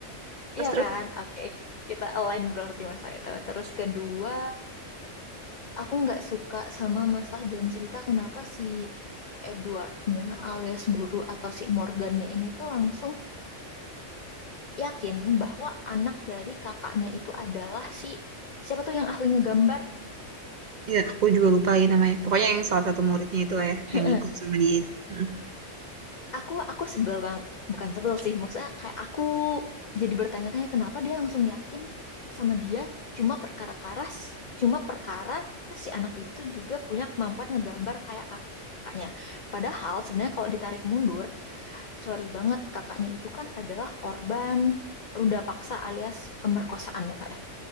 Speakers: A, on the right; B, on the left.
A: terus
B: Iya kan?
A: terus
B: Oke. Kita align berarti masa itu. Terus kedua Aku nggak suka sama masalah jalan cerita kenapa si Edwardnya alias guru atau si Morgannya ini tuh langsung yakin bahwa anak dari kakaknya itu adalah si siapa tuh yang ahli ngegambar?
A: ya aku juga lupa lagi namanya pokoknya yang salah satu muridnya itu lah ya
B: <laughs> Heeh.
A: yang ikut sama dia itu Hmm.
B: Aku aku sebel bang, bukan sebel sih maksudnya kayak aku jadi bertanya-tanya kenapa dia langsung yakin sama dia cuma perkara karas, cuma perkara si anak itu juga punya kemampuan ngegambar kayak kakaknya. Padahal sebenarnya kalau ditarik mundur sorry banget kakaknya itu kan adalah korban ruda paksa alias pemerkosaan ya kak ya.